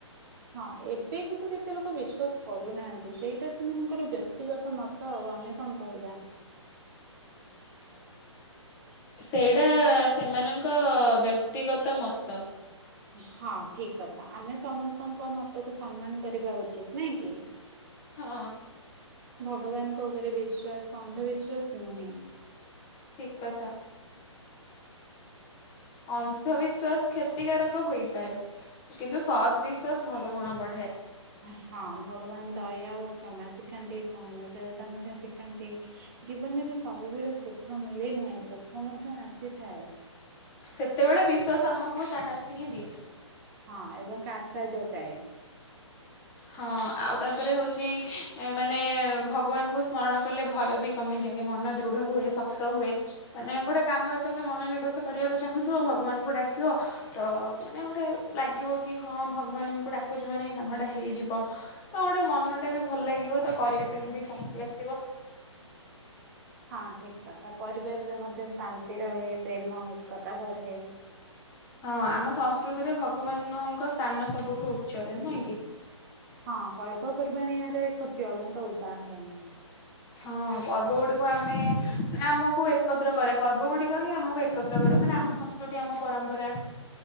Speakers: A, on the right; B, on the left.
A: ହଁ ଏବେ କିନ୍ତୁ କେତେ ଲୋକ ବିଶ୍ୱାସ କରୁନାହାନ୍ତି ସେଇଟା ସେମାନଙ୍କର ବ୍ୟକ୍ତିଗତ ମତ ଆଉ ଆମେ କଣ କହିବା।
B: <inaudible> ସେଇଟା ସେମାନଙ୍କ ବ୍ୟକ୍ତିଗତ ମତ।
A: ହଁ ଠିକ୍ କଥା ଆମେ ସମସ୍ତଙ୍କ ମତକୁ ସମ୍ମାନ କରିବା ଉଚିତ୍ ନାଇଁ କି?
B: ହଁ।
A: ଭଗବାନଙ୍କ ଉପରେ ବିଶ୍ୱାସ ଅନ୍ଧବିଶ୍ଵାସ ନୁହେଁ।
B: ଠିକ କଥା। ଅନ୍ଧବିଶ୍ଵାସ କ୍ଷତିକାରକ ହେଇପାରେ କିନ୍ତୁ ସତ୍ ବିଶ ଭଲ ଗୁଣ ବଢ଼ାଏ।
A: ହଁ ଭଗବାନ ଦୟା ଓ କ୍ଷମା ଶିଖାନ୍ତି ସହନଶୀଳତା ମଧ୍ୟ ଶିଖାନ୍ତି। ଜୀବନରେ ସବୁବେଳେ ସୁଖ ମିଳି ନାହିଁ ଦୁଃଖ ମଧ୍ୟ ଆସିଥାଏ।
B: ସେତେବେଳେ ବିଶ୍ଵାସ ଆମକୁ ସାହସ ହିଁ ଦିଏ।
A: ହଁ ଏବଂ <unintelligible> କାଶା ଯୋଗାଏ।
B: ହଁ ଆଉ ତାପରେ ହଉଛି ମାନେ ଭଗବାନଙ୍କୁ ସ୍ମରଣ କଲେ ଭୟ ବି କମିଯାଏ ମନ ଦୃଢ ହୁଏ ଶକ୍ତ ହୁଏ ମାନେ ଗୋଟେ କାମରେ ତମେ ମନୋନିବେଶ କରିବାକୁ ଚାହୁଁଥିବ ଭଗବାନଙ୍କୁ ଡାକିବ ତ ମାନେ ଗୋଟେ ଲାଗିବ କି ହଁ ଭଗବାନଙ୍କୁ ଡାକ <unintelligible> ମାନ କାମଟା ହେଇଯିବ ତ ଗୋଟେ ମନ ଟା ବି ଭଲ ଲାଗିବ ତ କରିବା ପାଇଁ ବି ଶକ୍ତି ଆସିବ
A: ହଁ ଠିକ କଥା ପରିବାରରେ ମଧ୍ୟ ଶାନ୍ତି ରହେ ପ୍ରେମ ଏକତା ବଢେ
B: ହଁ ଆମ ସଂସ୍କୃତିରେ ଭଗବାନଙ୍କ ସ୍ଥାନ ସବୁଠୁ ଉଚ୍ଚରେ ନୁହେଁ କି?
A: ହଁ ପର୍ବପର୍ବାଣି ଏହାର ଏକ ଜ୍ଳଳନ୍ତ ଉଦାହରଣ
B: ହଁ ପର୍ବ ଗୁଡିକୁ ଆମେ ଆମକୁ ଏକତ୍ର କରେ ପର୍ବ ଗୁଡିକ ହିଁ ଆମକୁ। ଏକତ୍ର କରେ ମାନେ ଆମ ସଂସ୍କୃତି ଆମ ପରମ୍ପରା।